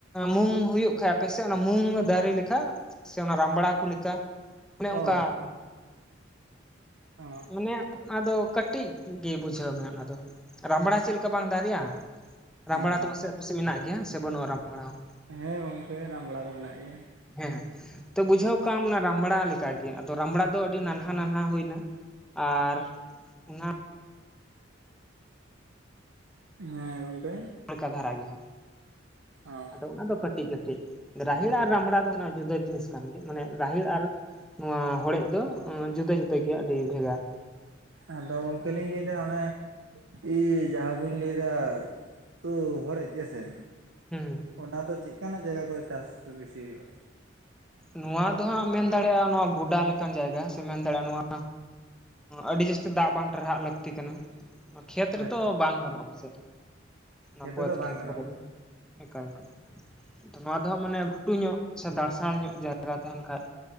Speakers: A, in the centre; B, on the right.
A: ᱢᱩᱝ ᱦᱩᱭᱩᱜ ᱠᱷᱟ ᱟᱯᱮᱥᱮᱫ ᱚᱱᱟ ᱢᱩᱝ ᱫᱟᱨᱮ ᱞᱮᱠᱟ ᱥᱮ ᱚᱱᱟ ᱨᱟᱢᱵᱲᱟ ᱠᱚ ᱞᱮᱠᱟ᱾ ᱚᱱᱮ
B: ᱚ
A: ᱚᱱᱠᱟ
B: ᱟᱪᱪᱷᱟ᱾ ᱚ
A: ᱢᱟᱱᱮ ᱚᱱᱟᱫᱚ ᱠᱟᱹᱴᱤᱡ ᱜᱮ ᱵᱩᱡᱷᱟᱹᱣ ᱢᱮ ᱚᱱᱟᱫᱚ ᱨᱟᱢᱲᱟ ᱪᱮᱫ ᱞᱮᱠᱟ ᱵᱟᱝ ᱫᱟᱨᱮᱼᱟ᱾ ᱨᱟᱢᱵᱲᱟ
B: ᱦᱮᱸ
A: ᱫᱚ ᱟᱯᱟᱥᱮᱡ ᱢᱮᱱᱟᱜ ᱜᱮᱭᱟ ᱥᱮ ᱵᱟᱹᱱᱩᱜᱼᱟ ᱨᱟᱢᱵᱲᱟ ᱦᱚᱸ᱾
B: ᱦᱮᱸ ᱜᱚᱝᱠᱮ ᱨᱟᱢᱵᱲᱟ ᱫᱚ ᱢᱮᱱᱟᱜ ᱜᱮᱭᱟ᱾
A: ᱦᱮᱸ ᱛᱚ ᱵᱩᱡᱷᱟᱹᱣ ᱠᱟᱜ ᱟᱢ ᱨᱟᱢᱲᱟ ᱞᱮᱠᱟᱜᱮ ᱟᱫᱚ ᱨᱟᱢᱲᱟ ᱫᱚ ᱟᱹᱰᱤ ᱱᱟᱱᱦᱟ ᱱᱟᱱᱦᱟ ᱦᱩᱭᱱᱟ᱾ ᱟᱨ ᱚᱱᱟ
B: ᱦᱮᱸ ᱜᱚᱝᱠᱮ᱾
A: ᱦᱟᱞᱠᱟ ᱫᱷᱟᱨᱟ ᱜᱮ ᱦᱟᱸᱜ
B: ᱚ
A: ᱟᱫᱚ ᱚᱱᱟ ᱫᱚ ᱠᱟᱹᱴ ᱠᱟᱹᱴᱤᱡ ᱠᱟᱹᱴᱤᱡ ᱨᱟᱦᱮᱲ ᱟᱨ ᱨᱟᱢᱲᱟ ᱫᱚ ᱚᱱᱟ ᱡᱩᱫᱟᱹ ᱡᱤᱱᱤᱥ ᱠᱟᱱ ᱜᱮᱭᱟ ᱢᱟᱱᱮ ᱨᱟᱦᱮᱲ ᱟᱨ ᱱᱚᱣᱟ ᱦᱚᱲᱮᱡ ᱫᱚ ᱡᱩᱫᱟᱹ ᱡᱩᱫᱟᱹᱜ ᱜᱮ ᱟᱹᱰᱤ ᱵᱷᱮᱜᱟᱨ᱾
B: ᱟᱫᱚ ᱜᱚᱢᱠᱮ ᱞᱤᱧ ᱞᱟᱹᱭᱫᱟ ᱚᱱᱮ ᱤ ᱡᱟᱦᱟᱸ ᱡᱟᱣᱜᱮᱧ ᱞᱟᱹᱭ ᱮᱫᱟ ᱛᱩ ᱦᱚᱲᱮᱡ ᱜᱮᱥᱮ?
A: ᱦᱮᱸ᱾
B: ᱚᱱᱟ ᱫᱚ ᱪᱮᱫ ᱞᱮᱠᱟᱱᱟᱜ ᱡᱟᱭᱜᱟ ᱠᱚᱨᱮ ᱪᱟᱥ ᱵᱮᱥᱤ ᱦᱩᱭᱩᱜᱼᱟ?
A: ᱱᱚᱣᱟ ᱫᱚ ᱦᱟᱸᱜ ᱢᱮᱱ ᱫᱟᱲᱮᱭᱟᱜᱼᱟ ᱱᱚᱣᱟ ᱜᱚᱰᱟ ᱞᱮᱠᱟᱱ ᱡᱟᱭᱜᱟ ᱥᱮᱢ ᱢᱮᱱ ᱫᱟᱲᱮᱭᱟᱜ ᱱᱚᱣᱟ ᱟᱹᱰᱤ ᱡᱟᱹᱥᱛᱤ ᱫᱟᱜ ᱵᱟᱝ ᱴᱮᱨᱦᱟᱜ ᱞᱟᱹᱠᱛᱤ ᱠᱟᱱᱟ ᱠᱷᱮᱛ
B: ᱚᱱᱟ
A: ᱨᱮᱫᱚ ᱵᱟᱝ ᱜᱟᱱᱚᱜᱼᱟ ᱯᱟᱥᱮᱡ᱾ ᱚᱱᱟ
B: ᱠᱷᱮᱛ
A: ᱵᱟᱹᱫᱽ
B: ᱨᱮᱫᱚ ᱵᱟᱝ
A: ᱠᱚᱨᱮ
B: ᱜᱟᱱᱚᱜᱼᱟ
A: ᱫᱚ
B: ᱵᱟᱝ?
A: ᱮᱠᱟᱞ ᱮᱠᱟᱞ ᱱᱚᱣᱟ ᱫᱚ ᱦᱟᱸᱜ ᱢᱟᱱᱮ ᱜᱷᱩᱴᱩ ᱧᱚᱜ ᱥᱮ ᱫᱟᱨᱥᱟᱲ ᱧᱚᱜ ᱡᱟᱭᱜᱟ ᱛᱟᱦᱮᱱ ᱠᱷᱟᱡ᱾